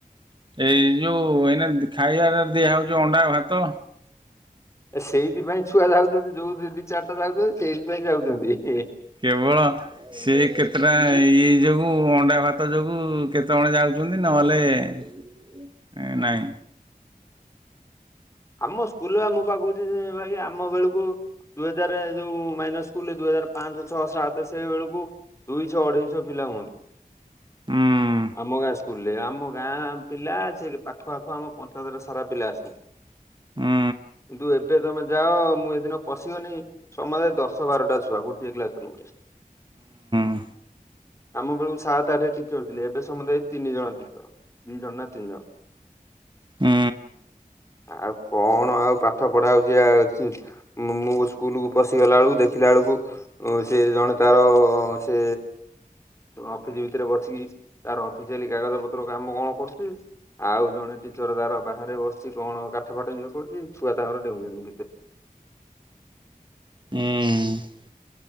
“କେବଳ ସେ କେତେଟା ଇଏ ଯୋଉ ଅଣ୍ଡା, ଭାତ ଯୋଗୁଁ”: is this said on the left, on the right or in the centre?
Right